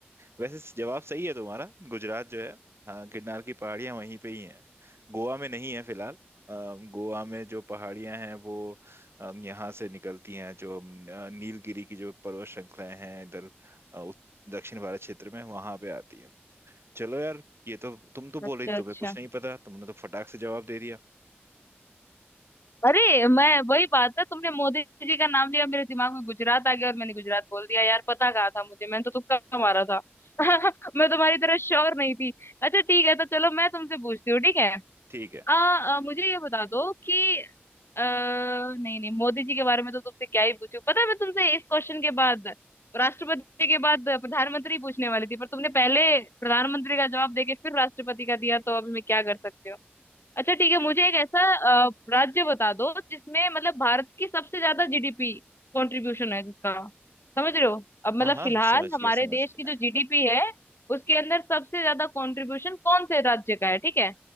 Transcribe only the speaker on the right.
वैसे जवाब सही है तुम्हारा गुजरात जो है हाँ गिरनार की पहाड़ियां वहीं पे ही हैं गोवा में नहीं है फिलहाल अ, गोवा में जो पहाड़ियां हैं वो अम, यहाँ से निकलती हैं जो अम, नीलगिरी की जो पर्वत श्रृंखलाएं हैं इधर अ, उत- दक्षिण भारत क्षेत्र में वहां पे आती है चलो यार ये तो तुम तो बोल
रही थी तुम्हें
कुछ नहीं पता तुमने तो फटाक से जवाब दे दिया
ठीक है
हाँ हाँ
समझ
गया समझ
गया